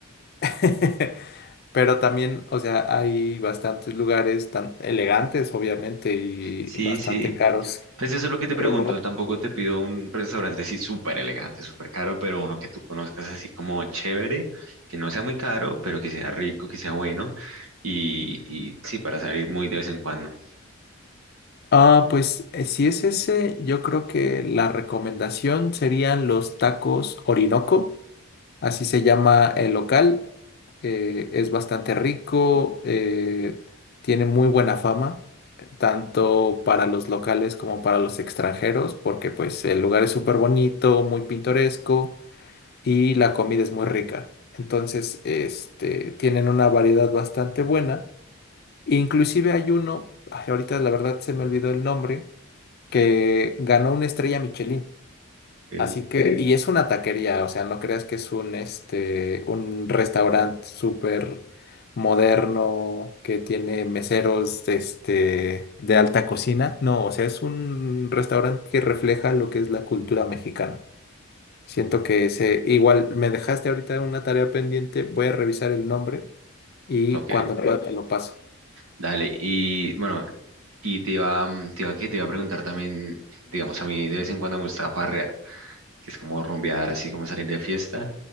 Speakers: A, on the left; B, on the right.
A: <laughs> Pero también, o sea, hay bastantes lugares tan elegantes, obviamente, y
B: Sí,
A: bastante
B: sí.
A: caros.
B: Pues eso es lo que te pregunto.
A: Pero
B: Tampoco te pido un restaurante así súper elegante, súper caro, pero uno que tú conozcas así como chévere, que no sea muy caro, pero que sea rico, que sea bueno. Y, y sí, para salir muy de vez en cuando.
A: Ah, pues eh, si es ese, yo creo que la recomendación serían los tacos Orinoco, así se llama el local. eh, es bastante rico, eh, tiene muy buena fama, tanto para los locales como para los extranjeros, porque pues el lugar es súper bonito, muy pintoresco y la comida es muy rica. Entonces, este, tienen una variedad bastante buena. Inclusive hay uno, ay, ahorita la verdad se me olvidó el nombre que ganó una estrella Michelin.
B: Ok.
A: Así que, Eh, y es una taquería, o sea, no creas que es un, este, un restaurante súper moderno que tiene meseros, este, de alta cocina. No, o sea, es un restaurante que refleja lo que es la cultura mexicana. Siento que se, igual me dejaste ahorita una tarea pendiente, voy a revisar el nombre y
B: Ok,
A: cuando pueda te lo paso.
B: dale. Y bueno, y te iba, mm, te iba, que te iba a preguntar también, digamos, a mí de vez en cuando me gusta farrear. que es como rumbear, así como salir de fiesta.